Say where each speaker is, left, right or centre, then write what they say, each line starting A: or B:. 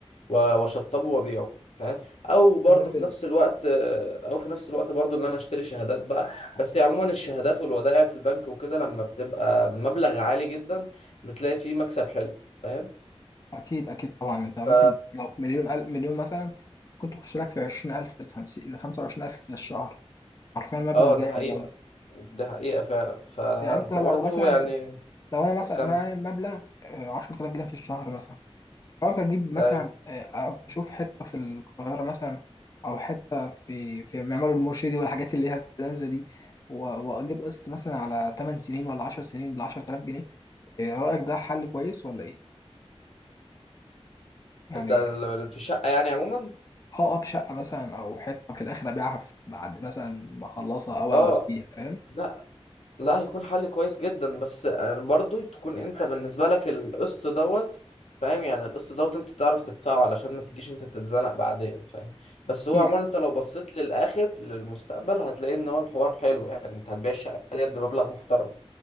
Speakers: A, on the left; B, on the left.
A: و- واشطبه وابيعه فاهم او برضه
B: جميل جدا
A: في نفس الوقت آه، او في نفس الوقت برضه ان انا اشتري شهادات بقى بس يعني عموما الشهادات والودائع في البنك وكده لما بتبقى بمبلغ عالي جدا بتلاقي فيه مكسب حلو فاهم
B: اكيد اكيد طبعا انت ممكن
A: ف
B: لو في مليون ألف مليون مثلا كنت تخش لك في 20000 في الخمسين ل 25000 في الشهر حرفيا مبلغ
A: اه
B: جامد
A: ده حقيقة
B: أوي
A: دي حقيقة فعلا فأنت
B: يعني انت لو
A: برضو
B: مثلا
A: يعني
B: لو انا مثلا
A: كم
B: معايا المبلغ آه، 10000 جنيه في الشهر مثلا حاول أجيب مثلا
A: أيوة
B: آه، أشوف حتة في القاهرة مثلا أو حتة في في معمار المرشدي والحاجات اللي هي بتنزل دي و- وأجيب قسط مثلا على 8 سنين ولا 10 سنين ب 10000 جنيه إيه رأيك ده حل كويس ولا إيه؟ يعني
A: ده ال- في شقة يعني عموما
B: هقف شقة مثلا أو حتة في الآخر أبيعها في- بعد مثلا ما أخلصها أو
A: اه
B: أقعد فيها فاهم؟
A: لا لا هيكون حل كويس جدا بس يعني برضو تكون انت بالنسبة لك القسط دوت فاهم يعني القسط دوت انت تعرف تدفعه علشان ما تجيش انت تتزنق بعدين فاهم بس هو
B: أكيد
A: عموما انت لو بصيت للآخر للمستقبل هتلاقي ان هو الحوار حلو يعني انت هتبيع الشقة ديت بمبلغ محترم